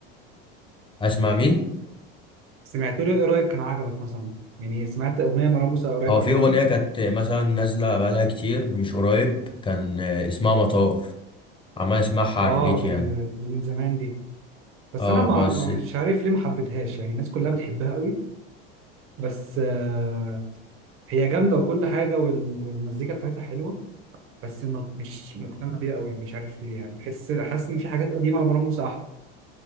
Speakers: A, on the left; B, on the right.
A: أسمع مين؟
B: سمعت له إيه قريب كان عجبك مثلا يعني سمعت اغنيه مروان موسى قريب
A: هو
B: عجبتك
A: في أغنية كانت مثلا نازلة بقالها كتير مش قريب كان اسمها مطار عمال أسمعها على
B: اه
A: الريبيت
B: دي
A: يعني
B: من دي من زمان دي بس
A: اه
B: انا ما
A: بس
B: ما- مش عارف ليه ما حبيتهاش يعني الناس كلها بتحبها قوي بس آه هي جامده وكل حاجه وال- والمزيكا بتاعتها حلوه بس ما مش مقتنع بيها قوي مش عارف ليه يعني بحس حاسس ان في حاجات قديمه لمروان موسى احلى